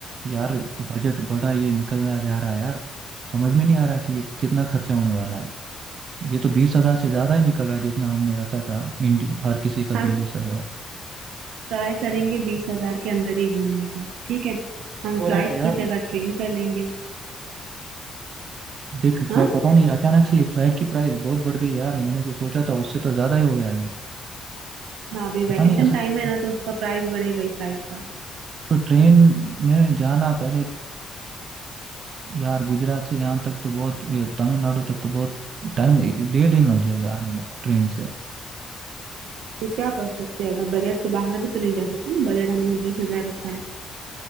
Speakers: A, on the right; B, on the right.
A: यार बजट बड़ा ये निकलना जा रहा है यार समझ में नहीं आ रहा कि ये कितना खर्चा होने वाला है ये तो बीस हजार से ज्यादा ही निकल रहा है जितना हमने रखा था इंडि- हर किसी का
B: हम
A: बीस बीस हजार
B: ट्राई करेंगे बीस हजार के अंदर ही घूमने का ठीक है हम
A: हो रहा
B: फ्लाइट
A: है ना यार
B: की जगह ट्रेन कर लेंगे
A: देख
B: हाँ
A: फ्लाइट पता नहीं अचानक से ये फ्लाइट की प्राइस बहुत बढ़ गई यार मैंने जो सोचा था उससे तो ज्यादा ही हो गया है
B: हाँ अभी वैकेशन
A: पता नहीं ऐसा
B: टाइम
A: कैसे-
B: है ना तो उसका प्राइस बढ़ेगा ही फ्लाइट का
A: तो ट्रेन में जाना पहले यार गुजरात से यहाँ तक तो बहुत ये तमिलनाडु तक तो बहुत टाइम डेढ़ दिन लग जाएगा आने में ट्रेन से
B: तो क्या कर सकते हैं अगर बजट से बाहर भी तो नहीं जा सकते ना बजट हमने बीस हजार रखा है